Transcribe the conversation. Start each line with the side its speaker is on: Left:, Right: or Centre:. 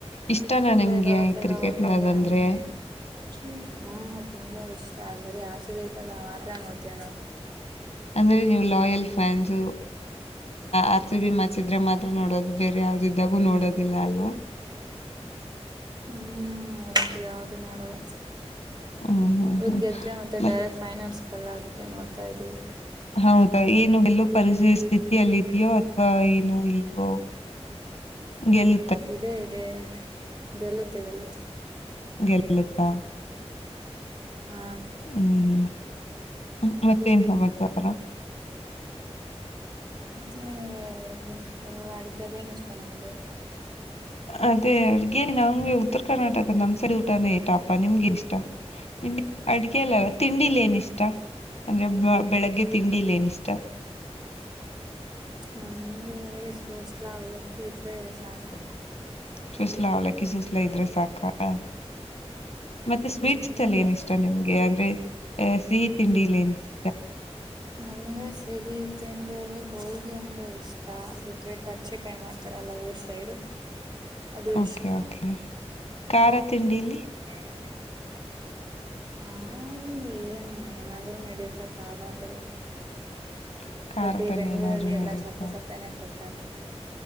Left: ಇಷ್ಟನಾ
Right: ಅದೇ
Left: ನಿಮ್ಗೆ
Right: ಪ್ರವಾಸ ಎಲ್ಲ
Left: ಕ್ರಿಕೆಟ್
Right: ಹೋಗಿದ್ರೆ-
Left: ನೋಡೋದಂದ್ರೆ
Right: ಹ್ಮ್- ಹ್ಮ್ -ತುಂಬಾ ಇಷ್ಟ ಬರೀ ಆಸವೆ ಇದ್ದಾಗ ಮಾತ್ರ ನೋಡ್ತೇವೆ ನಾವು.
Left: ಅಂದ್ರೆ ನೀವು ಲಾಯಲ್ ಫ್ಯಾನ್ಸ್ ಆರ್ತಿ ಬಿ ಮಚಿದ್ರ ಮಾತ್ರ ನೋಡೋದು. ಬೇರೆ ಯಾವ್ದಿದ್ದಾಗೂ ನೋಡೋದಿಲ್ಲ ಅಲ್ವಾ.
Right: ಹ್ಮ್ -ಒ- ಯಾವ್ದು ನೋಡಲ್ಲ
Left: ಹ್ಮ್ ಹ್ಮ್
Right: ಇವದ್
Left: ಹ್ಮ್
Right: ಗೆದ್ರೆ ಮತ್ತೆ.
Left: ಮತ್
Right: ಡೈರೆಕ್ಟ್ ಫೈನಲ್ಸ್ಲ್ಲ ಅದಕ್ಕೆ ನೋಡ್ತಾ ಇದವಿ.
Left: ಹೌದಾ ಏನು ಬೆಲ್ಲೂ ಪರಿರಿಸ್ತಿ ಲ್ಲ- ಇದ್ಯೋ ಅಥವಾ ಏನು <unintelligible> ಇಲ್ವೋ ಗೆಲ್ಲ
Right: ಇದೆ ಇದೆ ಗೆಲ್ಲುತ್ತೆ ಗೆಲ್ಲುತ್ತೆ.
Left: ತ <inaudible>
Right: ಹಾ
Left: ಹ್ಮ್ -ಹ್ಮ್ ಮತ್ತೆನ್ ಸಮಾಚಾರ
Right: ಮತ್ತ ನೀವಬೇಕು ಅಡುಗೆ ದ್ದು ಏನು ಇಷ್ಟ ನಮಗೆ
Left: ಅದೇ ಅಡ್ಗೆ ನಮ್ಗೆ ಉತ್ತರ ಕರ್ನಾಟಕದ ನಮ್ಸಾರಿ ಊಟನೇ- ಟಾ- ನಿಮ್ಗೆ ಇಷ್ಟ. ನಿಮಗ್ ಅಡ್ಗೆ ಎಲ್ಲಲ್ಲ ತಿಂಡಿಲಿ ಏನ ಇಷ್ಟ. ಅಂದ್ರೆ ಬೆಳಗ್ಗೆ ತಿಂಡಿಯಲ್ಲ ಏನಿಷ್ಟ
Right: ನಮಗೆವರೆಗೆ ಸೋಸ್ಲ ಅವಲಕ್ಕಿ ಇದ್ರೆ ಸಾಕು
Left: ಸುಸ್ಲಾ ಅವ್ಲಕ್ಕಿ ಸುಸ್ಲಾ ಇದ್ರೆ ಸಾಕ ಅದು ಮತ್ತೆ
Right: ಹ್ಮ್
Left: ಸ್ವೀಟ್ಸ್
Right: ನಿಮ್ಗೆ
Left: ಅಲ್ಲಿ ಏನ ಇಷ್ಟ ನಿಮ್ಗೆ ಅಂದ್ರೆ ಸಿಹಿ ತಿಂಡಿಲಿ ಏನಿಷ್ಟ
Right: ನಮ್ಗೆ ಸಿಹಿ ತಿಂಡಲ್ಲಿ ಹೋಳ್ಗಿ ಅಂದ್ರೆ ಇಷ್ಟ ಬಿಟ್ರೆ ಖರ್ಚೆ ಕಾಯಿ ಮಾಡ್ತಾರಲ್ಲ ಊರ್ ಸೈಡು ಅದು
Left: ಓಕೆ
Right: ಇಷ್ಟ
Left: ಓಕೆ ಕ್ಯಾರ ತಿಂಡಿಲ್ಲಿ
Right: ಕ್ಯಾರ ತಿಂದಿ ಖಲ್ಲಿ <unintelligible> ಏನು ಏನಾದ್ರೂ ನಡಿಯುತ್ತೆ ಖಾರದರೆ
Left: <inaudible>
Right: ಬಟ್ ಈ ಬೆಂಗ್ಗಳೂರಲ್ಲಿ
Left: ಏನಾದ್ರು
Right: ಎಲ್ಲಾ
Left: ನಡೆಯುತ್ತ
Right: ಸಪ್ಪೆ ಸಪ್ಪೆನೆ ಕೊಡ್ತಾರೆ